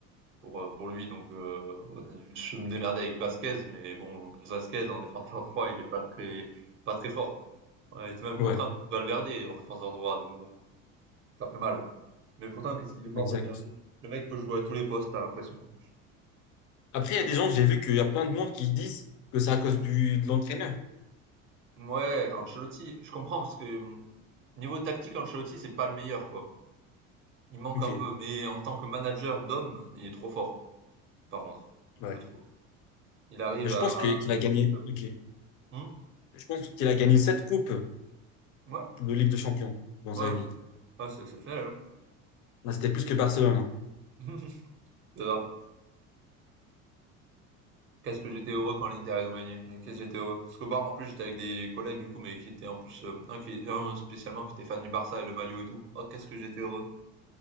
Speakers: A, on the right; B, on the left.
A: pour, euh, pour lui. Donc, euh, on a dû se démerder avec Vasquez, mais bon, Lucas Vasquez en défenseur droit, il est pas très, pas très fort. On a été même
B: ouais,
A: contraint de Valverde en défenseur droit, donc bon, ça fait mal. Mais pourtant, qu'est-ce qu'il est fort,
B: exact.
A: Valverde? Le mec peut jouer à tous les postes, t'as l'impression.
B: Après, il y a des gens, j'ai vu qu'il y a plein de monde qui disent que c'est à cause du, de l'entraîneur.
A: Ouais, Ancelotti, je comprends parce que hum, niveau tactique, Ancelotti, c'est pas le meilleur, quoi. Il manque
B: Ok.
A: un peu, mais en tant que manager d'homme, il est trop fort, par contre,
B: Ouais.
A: je trouve. Il arrive
B: Mais je
A: à
B: pense que- qu'il a
A: jouer
B: gagné.
A: son club.
B: Ok.
A: Hum
B: Je pense qu'il a gagné sept coupes
A: Ouais,
B: de Ligue des Champions dans
A: ouais,
B: sa vie.
A: ouais, Ah, c'est exceptionnel, hein.
B: Là, C'était plus que Barcelone. hein.
A: <laughs> C'est ça. Qu'est-ce que j'étais heureux quand l'Inter ils ont gagné. Mais qu'est-ce que j'étais heureux. Parce qu'au bar, en plus, j'étais avec des collègues, du coup, mais qui étaient en plus, euh, un, qui, un spécialement qui était fan du Barça et le maillot et tout. Oh, qu'est-ce que j'étais heureux.